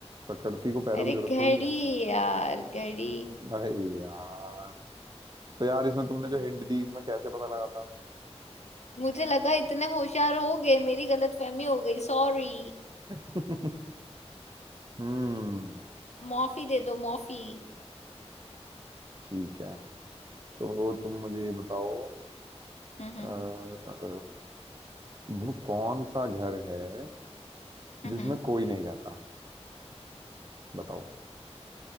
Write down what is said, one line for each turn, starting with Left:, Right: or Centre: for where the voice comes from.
Right: प्रकृति को पैरों
Left: अरे
Right: की जरूरत
Left: घड़ी
Right: थोड़ी है
Left: यार घड़ी
Right: अरे यार तो यार इसमें तुमने जो हिंट दी इसमें कैसे पता लगाता मैं
Left: मुझे लगा इतने होशियार हो गए मेरी गलतफहमी हो गई सॉरी
Right: <laughs> हम्म
Left: माफी दे दो माफी
Right: ठीक है तो तुम मुझे ये बताओ
Left: हम्म
Right: अ, अ, अ, वो कौन सा घर है
Left: हम्म
Right: जिसमें
Left: हम्म।
Right: कोई नहीं रहता बताओ